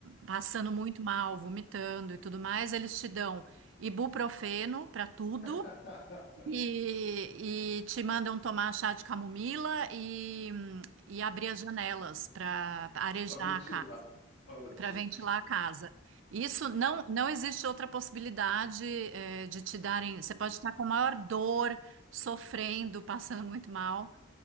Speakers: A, on the right; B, on the left.
A: passando muito mal, vomitando e tudo mais. Eles te dão ibuprofeno para tudo
B: <laughs>
A: e, e te mandam tomar chá de camomila e, hum, e abrir as janelas para arejar
B: pra ventilar.
A: a casa
B: Ótimo.
A: para ventilar a casa. Isso não, não existe outra possibilidade, eh, de te darem. Você pode estar com maior dor, sofrendo, passando muito mal.